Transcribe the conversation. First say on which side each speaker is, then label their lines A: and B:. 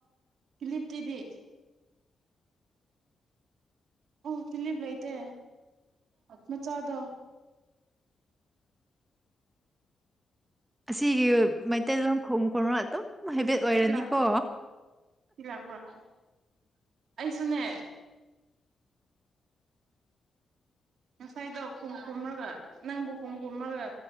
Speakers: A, on the right (about 75°); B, on the right (about 20°).
A: ꯀꯤꯂꯤꯞꯇꯤꯗꯤ ꯑꯣ ꯀꯤꯂꯤꯞ ꯂꯩꯇꯦ ꯃꯆꯥꯗꯣ
B: ꯑꯁꯤꯒꯤ ꯃꯩꯇꯩꯂꯣꯟ ꯈꯎ ꯈꯨꯔ ꯑꯗꯨꯝ ꯍꯥꯏꯦꯕꯤꯦꯠ ꯑꯣꯏꯔꯅꯤꯀꯣ
A: ꯁꯤ ꯂꯥꯛꯄ ꯁꯤ ꯂꯥꯛꯄ꯭ꯔꯥ ꯑꯩꯁꯨꯅꯦ ꯉꯁꯥꯏꯗꯣ ꯈꯣꯡ ꯈꯣꯝꯂꯒ ꯅꯪꯕꯨ ꯈꯣꯡ ꯈꯣꯝꯃꯒ